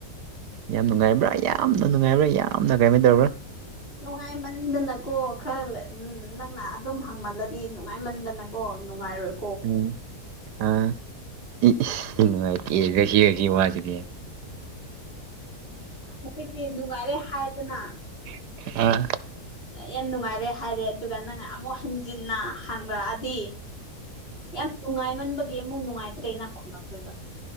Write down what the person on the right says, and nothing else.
ꯌꯥꯝ ꯅꯨꯡꯉꯥꯏꯕ꯭ꯔꯥ ꯌꯥꯝꯅ ꯅꯨꯡꯉꯥꯏꯕ꯭ꯔꯥ ꯌꯥꯝꯅ ꯀꯥꯏꯃꯥꯏ ꯇꯧꯕ꯭ꯔꯥ
ꯎꯝ ꯑ ꯏꯁ ꯅꯨꯡꯁꯥꯏꯇꯦꯌꯦ <unintelligible> ꯋꯥꯁꯤꯗꯤ
<unintelligible>